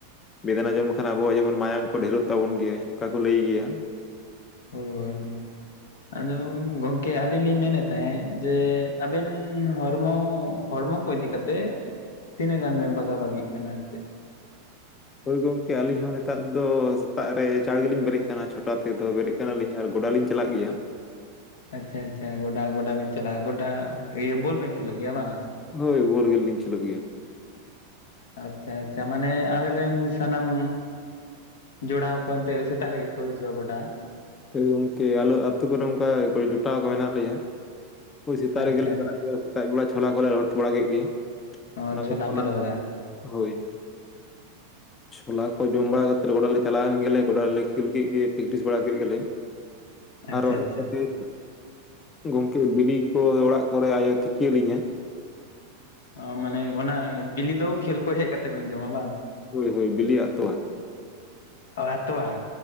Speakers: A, on the left (about 25°); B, on the left (about 80°).
A: ᱵᱮᱫᱟᱱᱟ ᱡᱚᱢ ᱞᱮᱠᱷᱟᱱ ᱟᱵᱚᱣᱟᱜ ᱡᱮᱢᱚᱱ ᱢᱟᱭᱟᱢ ᱠᱚ ᱰᱷᱮᱨᱚᱜ ᱛᱟᱵᱚᱱ ᱜᱮ ᱚᱱᱠᱟ ᱠᱚ ᱞᱟᱹᱭ ᱜᱮᱭᱟ
B: ᱦᱳᱭ ᱦᱳᱭ ᱦᱳᱭ ᱟᱫᱚ ᱜᱚᱝᱠᱮ ᱟᱹᱞᱤᱧ ᱞᱤᱧ ᱢᱮᱱᱮᱫ ᱛᱟᱦᱮᱸᱫ ᱡᱮ ᱟᱵᱮᱱ ᱦᱚᱲᱢᱚ ᱦᱚᱲᱢᱚ ᱠᱚ ᱤᱫᱤ ᱠᱟᱛᱮ ᱛᱤᱱᱟᱹᱜ ᱜᱟᱱ ᱵᱮᱱ ᱵᱟᱜᱟᱣ ᱵᱟᱹᱜᱤᱜ ᱠᱟᱱᱟ ᱮᱱᱛᱮᱫ
A: ᱦᱳᱭ ᱜᱚᱝᱠᱮ ᱟᱹᱞᱤᱧ ᱦᱚᱸ ᱱᱮᱛᱟᱨ ᱫᱚ ᱥᱮᱛᱟᱜ ᱨᱮ ᱪᱟᱲ ᱜᱮᱞᱤᱧ ᱵᱮᱨᱮᱫ ᱠᱟᱱᱟ ᱪᱷᱚᱴᱟ ᱛᱮᱫᱚ ᱵᱮᱨᱮᱫ ᱠᱟᱱᱟ ᱞᱤᱧ ᱟᱨ ᱜᱚᱰᱟ ᱞᱤᱧ ᱪᱟᱞᱟᱜ ᱜᱮᱭᱟ
B: ᱟᱪᱪᱷᱟ ᱟᱪᱪᱷᱟ ᱜᱚᱴᱟ ᱜᱚᱴᱟ ᱵᱮᱱ ᱪᱟᱞᱟᱜᱼᱟ ᱜᱚᱴᱟ ᱤᱭᱟᱹ ᱵᱳᱚᱞ ᱵᱮᱱ ᱠᱷᱮᱞᱚᱜ ᱜᱮᱭᱟ ᱵᱟᱝ
A: ᱦᱳᱭ ᱵᱚᱞ ᱜᱮ ᱞᱤᱧ ᱠᱷᱮᱞᱚ ᱜᱮᱭᱟ
B: ᱟᱪᱪᱷᱟ ᱟᱪᱪᱷᱟ ᱢᱟᱱᱮ ᱟᱵᱮᱱ ᱨᱮᱱ ᱥᱟᱱᱟᱢ ᱡᱚᱲᱟᱣ ᱠᱚ ᱮᱱᱛᱮ ᱥᱮᱛᱟᱜ ᱨᱮᱜᱮ ᱠᱚ ᱦᱤᱡᱩᱜᱼᱟ ᱜᱚᱰᱟ
A: ᱦᱳᱭ ᱜᱚᱝᱠᱮ ᱟᱞᱮ ᱟᱛᱳ ᱠᱚᱨᱮ ᱚᱱᱠᱟ ᱡᱚᱴᱟᱣ ᱠᱚ ᱢᱮᱱᱟᱜ ᱞᱮᱭᱟ ᱦᱳᱭ ᱥᱮᱛᱟᱜ
B: ᱟᱪᱪᱷᱟ
A: ᱨᱮᱜᱮ ᱞᱮ ᱪᱟᱞᱟᱜ ᱠᱟ ᱥᱮᱛᱟᱜ ᱵᱮᱲᱟ ᱪᱷᱚᱞᱟ ᱠᱚᱞᱮ ᱞᱚᱦᱚᱫ ᱵᱟᱲᱟ ᱠᱮᱫ ᱜᱮ
B: ᱚ
A: ᱚᱱᱟ
B: ᱪᱷᱳᱞᱟ
A: ᱠᱚ ᱪᱷᱚᱞᱟ
B: ᱯᱮ ᱞᱚᱦᱚᱫᱟ
A: ᱦᱳᱭ ᱪᱷᱚᱞᱟ ᱠᱚ ᱡᱚᱢ ᱵᱟᱲᱟ ᱠᱟᱛᱮᱜ ᱚᱲᱟᱜ ᱞᱮᱱᱟ ᱪᱟᱞᱟᱣᱮᱱ ᱜᱮᱞᱮ ᱜᱚᱰᱟ ᱨᱮᱞᱮ ᱠᱷᱮᱞ ᱠᱮᱜ ᱜᱮ ᱯᱮᱠᱴᱤᱥ ᱵᱟᱲᱟ ᱠᱮᱫ ᱜᱮᱞᱮ
B: ᱟᱪᱪᱷᱟ
A: ᱟᱨᱚ ᱦᱮᱡ
B: ᱟᱪᱪᱷᱟ
A: ᱠᱟᱛᱮᱜ ᱜᱚᱝᱠᱮ ᱵᱤᱞᱤ ᱠᱚ ᱚᱲᱟᱜ ᱠᱚᱨᱮ ᱟᱭᱳ ᱛᱤᱠᱤᱭ ᱟᱞᱤᱧᱟ
B: ᱚ ᱢᱟᱱᱮ ᱚᱱᱟ ᱵᱤᱞᱤ ᱫᱚ ᱠᱷᱮᱞ ᱠᱷᱚᱡ ᱦᱮᱡ ᱠᱟᱛᱮ ᱵᱮᱱ ᱡᱚᱢᱟ ᱵᱟᱝ
A: ᱦᱳᱭ ᱦᱳᱭ ᱵᱤᱞᱤ ᱟᱨ ᱛᱚᱣᱟ
B: ᱚ ᱛᱚᱣᱟ